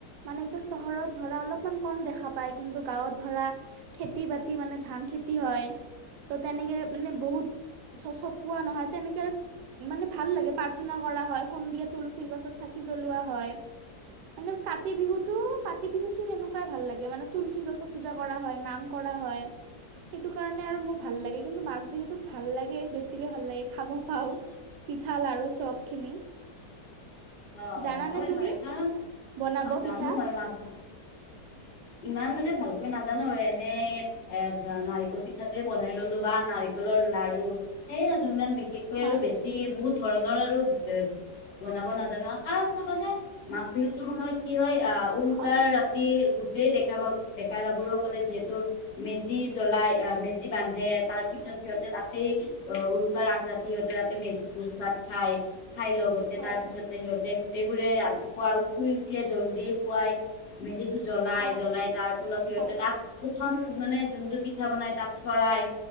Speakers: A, on the right; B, on the left.
A: মানে এইটো চহৰত ধৰা অলপমান কম দেখা পায় কিন্তু গাঁৱত ধৰা খেতি বাতি মানে ধান খেতি হয় ত তেনেকে মানে বহুত চ চ চপোৱা নহয় তেনেকে মানে ভাল লাগে প্ৰাৰ্থনা কৰা হয় সন্ধিয়া তুলসীৰ গছত চাকি জ্বলোৱা হয় মানে কাতি বিহুতো কাতি বিহুতো সেনেকুৱাই ভাল লাগে মানে তুলসী গছক পূজা কৰা হয় নাম কৰা হয়। সেইটো কাৰণে আৰু মোৰ ভাল লাগে কিন্তু মাঘ বিহুতো ভাল লাগে বেছিকে ভাল লাগে খাব পাওঁ। পিঠা লাৰু চব খিনি
B: অ
A: জানানে
B: অ, হয়
A: তুমি
B: হয়, কাৰণ
A: বনাব
B: আৰু জানো
A: পিঠা
B: মই মাঘ ইমান মানে ভালকৈ নাজানো আৰু এনেই এ ধৰা নাৰিকল পিঠাতে বনাই ললো বা নাৰিকলৰ লাৰু, সেই আৰু ইমান বিশেষকৈ
A: হয়
B: আৰু বেছি এই বহুত ধৰণৰ আৰু এ বনাব নাজ জানোৱা কাৰণ চাবা যে মাঘ বিহুটোৰ সময়ত কি হয় আহ উৰুকাৰ
A: হয়।
B: ৰা টি গোটেই ডেকা বাহো ডেকা গাভৰুসকলে যিহেতু মেজি জ্বলাই, আহ মেজি বান্ধে, তাৰ পিছত সিহঁতে তাতেই উৰুকাৰ আগ ৰাতি সিহঁতে তাতে মেজি ভোজ ভাত খাই, খাই লগতে তাৰ
A: হয়,
B: পিছতে সিহঁতে গোটেইবোৰে ৰাতিপুৱা শুই উঠিয়ে জলদি পোৱাই মেজিটো জ্বলাই,
A: হয়,
B: জ্বলাই তাৰ ফলত সিহঁতে
A: হয়,
B: তাক উঠন মানে যোনটো পিঠা বনাই তাত চৰাই,